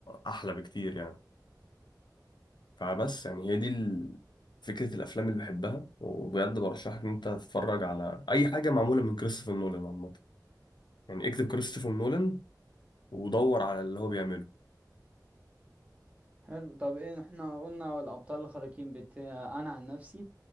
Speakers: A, on the left (about 90°); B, on the right (about 20°).
A: أحلى بكتير يعني فبس يعني هي دي ال- فكرة الأفلام اللي بحبها وبجد برشحك إن أنت تتفرج على أي حاجة معمولة من كريستوفر نولان عامة يعني اكتب كريستوفر نولان ودور على اللي هو بيعمله
B: حلو طب ايه احنا قلنا الابطال الخارقين بت... آه، انا عن نفسي